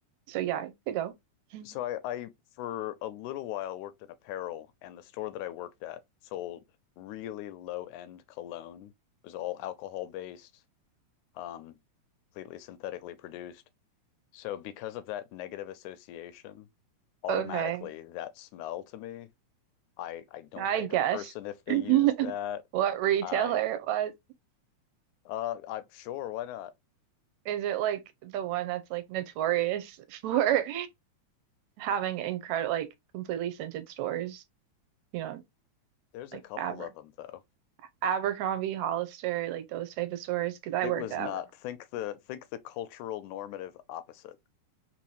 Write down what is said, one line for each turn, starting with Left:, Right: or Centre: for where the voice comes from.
Right: so yeah, I could go. Mhm.
Left: so I, I for a little while worked in apparel and the store that I worked at sold really low-end cologne. It was all alcohol-based, um, completely synthetically produced. So because of that negative association, automatically
Right: Okay,
Left: that smell to me, I I don't
Right: I
Left: like
Right: guess
Left: a person if they use that.
Right: <laughs> what retailer
Left: I
Right: it was.
Left: uh I'm sure why not?
Right: Is it like the one that's like notorious <laughs> for having incredible, like completely scented stores? You know,
Left: There's a
Right: like
Left: couple
Right: Aber
Left: of them though.
Right: Abercrombie, Hollister, like those type of stores? Because I
Left: It
Right: worked
Left: was
Right: at
Left: not.
Right: Abercrombie.
Left: Think the think the cultural normative opposite.